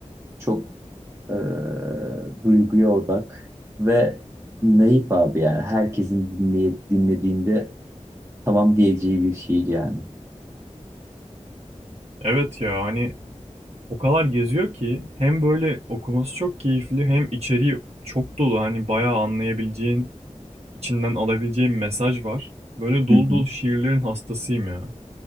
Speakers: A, on the right; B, on the right.
A: çok eee, duyguya odak ve naif abi yani. Herkesin dinleye, dinlediğinde tamam diyeceği bir şey yani.
B: Evet ya hani o kadar geziyor ki hem böyle okuması çok keyifli hem içeriği çok dolu. Hani bayağı anlayabileceğin, içinden alabileceğin mesaj var. Böyle dolu
A: <laughs>
B: dolu şiirlerin hastasıyım ya.